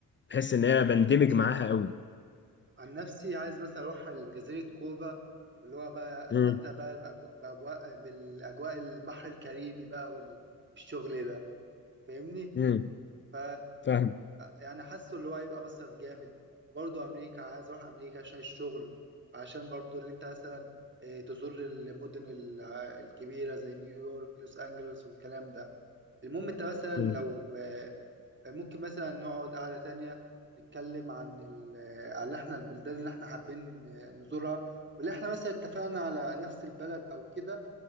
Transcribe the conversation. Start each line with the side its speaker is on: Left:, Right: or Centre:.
Left: بحس إن أنا بندمج معاها قوي
Right: عن نفسي عايز مثلا اروح على جزيره كوبا واللي هو بقى استمتع
Left: امم
Right: بقى بأجو- بأجواء بالاجواء البحر الكاريبي بقى وال- والشغل ده فاهمني
Left: امم
Right: ف
Left: فاهم
Right: يعني حاسه اللي هو هيبقى مصرف جامد وبرضه امريكا عايز اروح امريكا عشان الشغل عشان برضه اللي انت مثلا آه، تزور المدن ال- آه، الكبيره زي نيويورك لوس انجلوس والكلام ده المهم انت مثلا
Left: مم.
Right: لو آه، ممكن مثلا نقعد قعده تانية نتكلم عن ال- آه، على احنا البلدان اللي احنا حابين آه، نزورها واللي احنا مثلا اتفقنا على نفس البلد او كده